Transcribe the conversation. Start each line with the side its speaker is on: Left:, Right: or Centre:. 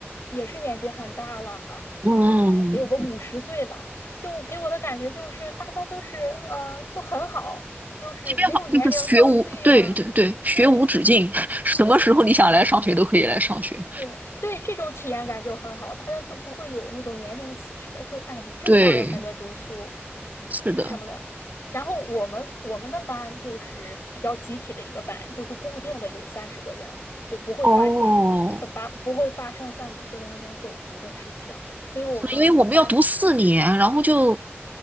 Left: 也是年纪很大了，
Right: 嗯。
Left: 嗯、得有个五十岁了。就给我的感觉就是大家就是呃就很好，就是没有年龄焦虑啊，
Right: 这边好像就是学无，对对对，学无止境，
Left: 对。
Right: <laughs> 什么时候你想来上学都可以来上学。
Left: 对，对对，这种体验感就很好，大家就不会有那种年龄歧视，说哎，你这么大了还在读书
Right: 对，是的。
Left: 什么的。然后我们我们的班就是比较集体的一个班，就是固定的有三十个人，就不会发现呃把不会发生像你说的那种走读的事情，
Right: 哦，
Left: 所以我们班
Right: 是的因为我们要读四年，然后就